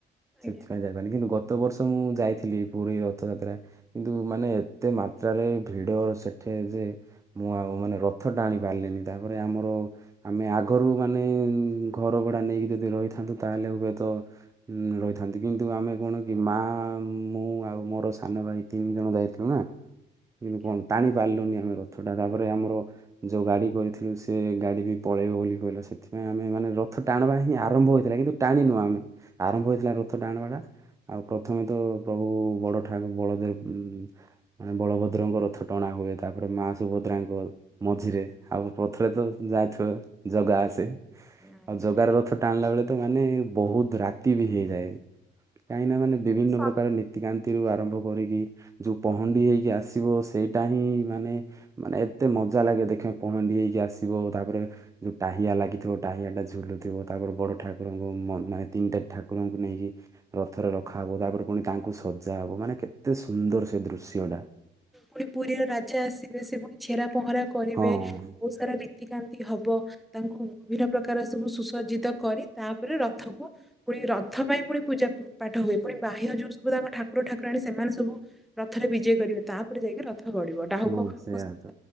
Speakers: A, in the centre; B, on the right (about 15°).
A: ଆଜ୍ଞା
B: ସେଥିପାଇଁ ଯାଇପାରନି କିନ୍ତୁ ଗତ ବର୍ଷ ମୁଯାଇଥିଲି ପୁରୀ ରଥଯାତ୍ରା କିନ୍ତୁ ମାନେ ଏତେ ମାତ୍ରାରେ ଭିଡ଼ ସେଠିଯେ ମୁଁ ଆଉ ମାନେ ରଥ ଟାଣି ପାରିଲିନି ତାପରେ ଆମର ଆମେ ଆଗରୁ ମାନେ ଘରଭଡ଼ା ନେଇକି ଯଦି ରହିଥାନ୍ତୁ ତାହେଲେ ହୁଏତ ରହିଥାନ୍ତି କିନ୍ତୁ ଆମେ କଣକି ମାଁ ମୁଁ ଆଉ ମୋର ସାନ ଭାଇ ତିନି ଜଣ ଯାଇଥିଲୁନା କିନ୍ତୁ
A: ଆଜ୍ଞା
B: କଣ ଟାଣି ପାରିଲୁନି ଆମେ ରଥଟା ତାପରେ ଆମର ଯୋଉ ଗାଡ଼ି କରିଥିଲୁ ସେଗାଡ଼ିବି ପଳେଇବ ବୋଲି କହିଲା ସେଥିପାଇଁ ଆମେ ମାନେ ରଥ ଟାଣିବାହିଁ ଆରମ୍ଭ ହୋଇଥିଲା କିନ୍ତୁ ଟାଣିନୁ ଆମେ। ଆରମ୍ଭ ହେଇଥିଲା ରଥ ଟାଣିବାଟା। ଆଉ ପ୍ରଥମେତ ପ୍ରଭୁ ବଡ଼ ଠାକୁ ବଳଦେବ ମାନେ ବଳଭଦ୍ରଙ୍କ ରଥ ଟଣା ହୁଏ ତାପରେ ମାଁ ସୁଭଦ୍ରାଙ୍କ ମଝିରେ ଆଉ ପଥରେତ ଯାଇଥିବ ଜଗା ଆସ ଦେ
A: ଆଜ୍ଞା।
B: ଆଉ ଜଗାର ରଥ ଟାଣିଲା ବେଳେତ ମାନେ ବହୁତ୍ ରାତିବି ହେଇଯାଏ। କାହିଁକିନା ମାନେ
A: ସେ
B: ବିଭନ୍ନ
A: ତ ସତ
B: ପ୍ରକାର ନୀତିକାନ୍ତିରୁ ଆରମ୍ଭ କରିକି ଯୋଉ ପହଣ୍ଡି ହେଇକି ଆସିବ ସେଇଟାହି ମାନେ ମାନେ ଏତେ ମଜା ଲାଗେ ଦେଖିବା ପହଣ୍ଡି ହେଇକି ଆସିବ ତାପରେ ଯୋଉ ଟାହିଆ ଲାଗିଥିବ ଟାହିଆଟା ଝୁଲୁଥିବ ତାପରେ ବଡ଼ ଠାକୁରଙ୍କୁ ମ ମାନେ ତିନିଟା ଠାକୁରଙ୍କୁ ନେଇକି ରଥରେ ରଖାହବ ତାପରେ ପୁଣି ତାଙ୍କୁ ସଜା ହବ ମାନେ କେତେ ସୁନ୍ଦର ସେଦୃଶ୍ୟଟା।
A: ପୁଣି ପୁରୀର ରାଜା ଆସିବେ ସେପୁଣି ଛେରା ପହଁରା କରିବେ
B: ହଁ।
A: ବହୁତ୍ ସାରା ରୀତିକାନ୍ତି ହବ। ତାଙ୍କୁ ବିଭିନ୍ନ ପ୍ରକାର ସବୁ ସୁସଜ୍ଜିତ କରି ତାପରେ ରଥକୁ ପୁଣି ରଥ ପାଇଁ ପୁଣି ପୂଜା ପାଠ ହୁଏ ପୁଣି ବାହ୍ୟ ଯୋଉ ସବୁ ତାଙ୍କ ଠାକୁର ଠାକୁରାଣୀ ସେମାନେ ସବୁ ରଥରେ ବିଜେ କରିବେ ତାପରେ ଯାଇକି ରଥ ଗଡିବ ଡାହୁକ
B: ହଁ
A: ଫାଉକ
B: ସେଇଆ
A: ସ
B: ତ